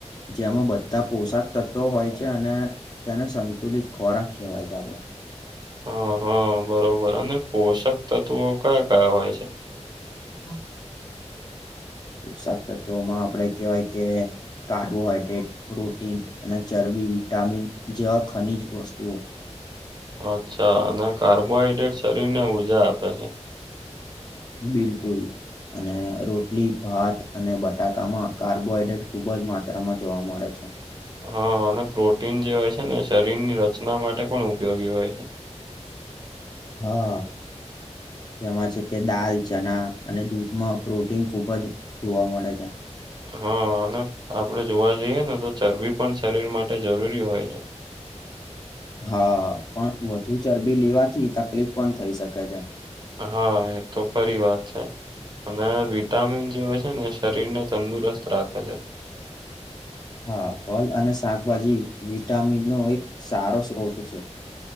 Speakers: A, on the left; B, on the right.
A: જેમાં બધા પોશાક તત્વો હોય છે અને તેને સંતુલિત ખોરાક કહેવાય છે આપડે.
B: હ હ બરોબર અને પોષક તત્વો કયા કયા હોય છે?
A: <inaudible> પોશાક તત્વોમાં આપડે કેહેવાય કે કાર્બોહાઈડ્રેટ પ્રોટીન અને ચરબી વિટામિન જેવા ખનીજ વસ્તુઓ
B: અચ્છા અને કાર્બોહાઈડ્રેટ શરીર ને ઉર્જા આપે છે.
A: બિલકુલ. અને રોટલી ભાત અને બટાકામાં કાર્બોહાઈડ્રેટ ખુબ જ માત્રામાં જોવા મળે છે.
B: હા અને પ્રોટીન જે હોય છે ને શરીરની રચના માટે પણ ઉપયોગી હોય છે.
A: હા. જેમાં છે કે દાલ ચના અને દૂધમાં પ્રોટીન ખુબ જ જોવા મળે છે.
B: હા અને આપડે જોવા જઈએ ને તો ચરબી પણ શરીર માટે જરૂરી હોય છે.
A: હા પણ વધુ ચરબી લેવાથી તકલીફ પણ થઈ શકે છે.
B: હા એ તો ખરી વાત છે. અને વિટામિન જે હોય છે ને એ શરીરને તંદુરસ્ત રાખે છે.
A: હા ફલ અને શાકભાજી વિટામિન નો એક સારો સ્ત્રોત છે.